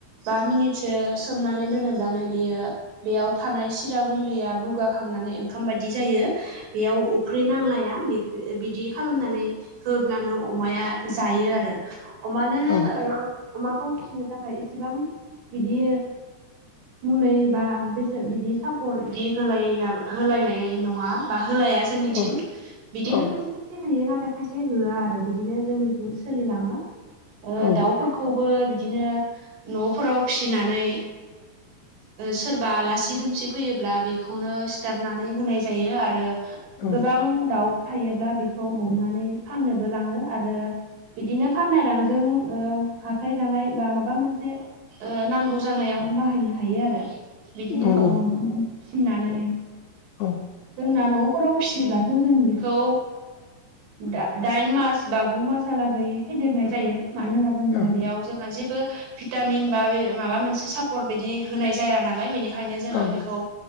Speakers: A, on the right; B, on the left.
A: बा मिनिटसो सोमनानै दोनोब्लानो बियो बेयाव थानाय सिरा गुन्दैया बुगाखांनानै ओंखाम बायदि जायो बेयाव अफ्रि नांलाया बे बिदि खालामनानै होब्लानो अमाया जायो आरो अमानो
B: औ
A: अमाखौ फिसिनो थाखाय एसेबां बिदि मलुलिबा बेसे बिदि सापर्ट बिदि होलाय होलायनाय नङा बा होलाया जोंनिथिं
B: औ औ
A: बिदिनो खायसे खायसे होयो नाथाय खायसे होआ आरो बिदिनो जोंनिथिं सोलाङो
B: औ
A: दाउ खौबो बिदिनो न'फोराव फिनानै सोरबा आलासि दुमसि फैयोब्ला बेखौनो सिथारनानै होनाय जायो आरो
B: औ
A: गोबां दाउ थायोब्ला बेखौ हमनानै फाननोबो लाङो आरो बिदिनो फाननाय रांजों हाथाय जानाय बा माबा मोनसे नांगौ जानायाव बाहायनो हायो आरो बिदिनो
B: नंगौ
A: अमाखौ फिसिनानै
B: औ
A: जोंना न'फोराव फिसियोब्लाथ' जों बेखौ द दाइन मास ब गु मासलागै फेदेरनाय जायो मानो होनना बुङोब्ला
B: औ
A: बेयाव जोंहा जेबो भिटामिन बा बे माबा मोनसे सापर्ट बिदि होनाय जाया नालाय बेनिखायनो जोङो
B: औ
A: बेखौ